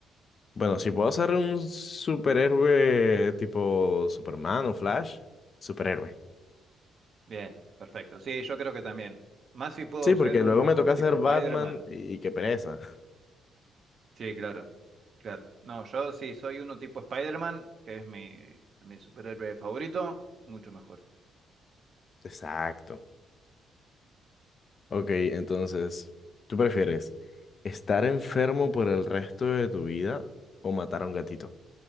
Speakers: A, on the left (about 45°); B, on the right (about 50°).
A: Bueno, si puedo ser un superhéroe tipo Superman o Flash, superhéroe.
B: Bien, perfecto. Sí, yo creo que también. Más si puedo
A: Sí,
B: ser
A: porque
B: uno
A: luego me toca
B: tipo
A: ser
B: Spider-Man.
A: Batman y qué pereza.
B: Sí, claro. Claro. No, yo sí soy uno tipo Spider-Man, que es mi, mi superhéroe favorito, mucho mejor.
A: <laughs> Exacto. Ok, entonces, ¿tú prefieres estar enfermo por el resto de tu vida o matar a un gatito?